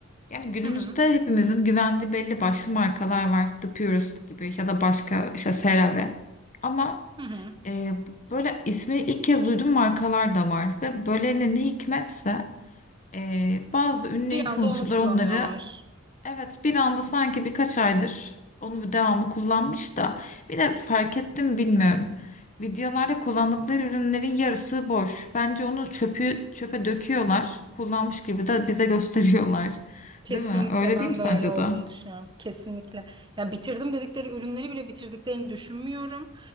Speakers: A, on the left; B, on the right.
A: Yani günümüzde
B: Hı hı.
A: hepimizin güvendiği belli başlı markalar var. The Purist gibi ya da başka işte CeraVe. Ama
B: Hı hı.
A: e, böyle ismi ilk kez duyduğum markalar da var. Ve böyle ne, ne hikmetse e, bazı ünlü
B: Bir
A: influencerlar
B: anda onu kullanıyorlar.
A: onları Evet bir anda sanki birkaç aydır onu bir devamlı kullanmış da bir de fark ettim bilmiyorum. Videolarda kullandıkları ürünlerin yarısı boş. Bence onu çöpü çöpe döküyorlar. Kullanmış gibi de bize <laughs> gösteriyorlar.
B: Kesinlikle
A: Değil mi? Öyle
B: ben
A: değil mi sence
B: de öyle olduğunu
A: de?
B: düşünüyorum. Kesinlikle. Ya bitirdim dedikleri ürünleri bile bitirdiklerini düşünmüyorum.